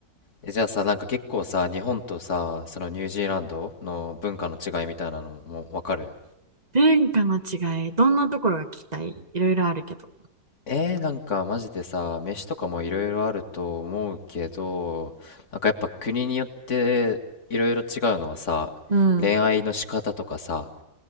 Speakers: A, on the left (about 40°); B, on the right (about 25°).
A: えじゃあさ、なんか結構さ、日本とさ、そのニュージーランドの文化の違いみたいなのももうわかる
B: <laughs> 文化の違い、どんなところが聞きたいいろいろあるけど。
A: えー、なんかマジでさ、飯とかもいろいろあると思うけど、なんかやっぱ国によっていろいろ違うのはさ、
B: うん。
A: 恋愛の仕方とかさ、